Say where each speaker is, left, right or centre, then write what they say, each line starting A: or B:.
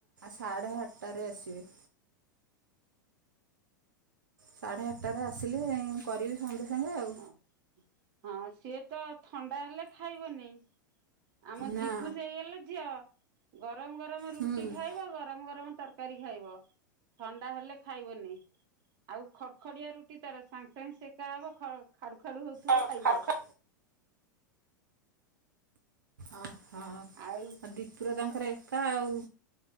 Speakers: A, on the right (about 75°); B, on the right (about 45°).
A: ସାଢ଼େ ଆଠଟାରେ ଆସିବେ। ସାଢ଼େ ଆଠଟାରେ ଆସିଲିଁ କରିବି ସାଙ୍ଗେ ସାଙ୍ଗେ ଆଉ।
B: ହଁ ହଁ ସିଏ ତ ଥଣ୍ଡା ହେଲେ ଖାଇବନିଁ। ଆମ
A: ନା
B: ଦୀପୁ ସେ ହେଇଗଲେ ଝିଅ। ଗରମ ଗରମ ରୁଟି
A: ହୁଁ।
B: ଖାଇବ ଗରମ ଗରମ ତରକାର ତରକାରୀ ଖାଇବ ଥଣ୍ଡା ହେଲେ ଖାଇବନି। ଆଉ ଖଡଖଡିଆ ରୁଟି ତାର ସାଙ୍ଗେ ସାଙ୍ଗେ ସେକାା ହବ ଖ ଖାଡୁ ଖାଡୁ ହଉଥିବ
A: ଓହୋ
B: ଖାଇବ।
A: ଆଁ ହ
B: ଆଉ
A: ଆଉ ଦୀପୁର ତାଙ୍କର ଏକା ଆଉ।